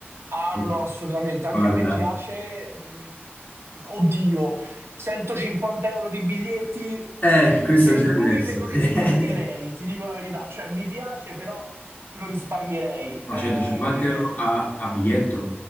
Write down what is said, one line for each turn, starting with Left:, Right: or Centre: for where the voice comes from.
Right: Ah,
Left: eh.
Right: no, no, assolutamente. Anche
Left: Guarda.
Right: a me piace. Mm, Oddio, 150 euro di biglietti
Left: Eh, questo
Right: per
Left: è già
Right: lui
Left: diverso.
Right: me lo
Left: <laughs>
Right: risparmierei, ti dico la verità. Cioè, mi piace, però lo risparmierei. Eh,
Left: Ma 150 euro a, a biglietto?